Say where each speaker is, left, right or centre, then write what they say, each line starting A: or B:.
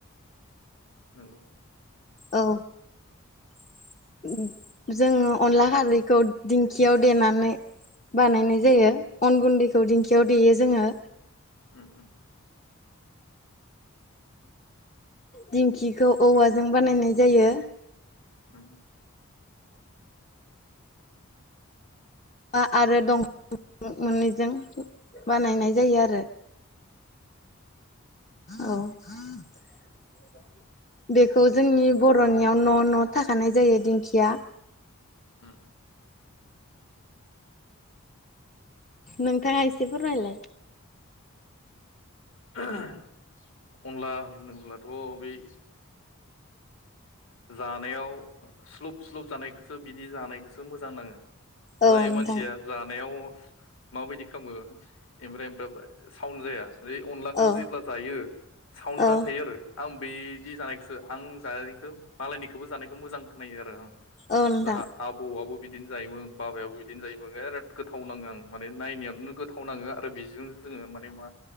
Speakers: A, on the left; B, on the left.
A: नंगौ
B: औ <inaudible> जोङो अनला खारैखौ दिंखियाव देनानै बानायनाय जायो अन गुन्दैखौ दिंखियाव देयो जोङो
A: उम उम
B: दिंखिखौ औवाजों बानायनाय जायो।
A: ओम
B: आ आरो दं <unintelligible> मोननैजों बानायनाय जायो आरो औ ह <unintelligible> बेखौ जोंनि बर'नियाव न' न' थाखानाय जायो दिंखिया
A: ओम ओम
B: नोथाङा एसे फोरमायलाय
A: ओम <unintelligible> अनला होनोब्लाथ' बै जानायाव स्लुब स्लुब जानायखौसो बिदि जानायखौसो मोजां नाङो
B: औ
A: जाय
B: नोंथां
A: मानसिया जानायाव माबायदि खालामो ओमफ्राय फ्राय साउन्ड जाया बे अनलाखौ
B: औ
A: जेब्ला जायो साउन्ड
B: औ
A: जाखायो आरो आं बे जि जानायखौसो आं जानाखौ मालायनिखौबो जानायखौ मोजां खोनो आरो आं।
B: औ नोंथां
A: जाहा आबौआबो बिदिनो जायो बाबायाबो बिदिनो जायो बिराद गोथाव नाङो आं माने नायनायनो गोथाव नाङो आरो बेजोंनो जोङो माने मा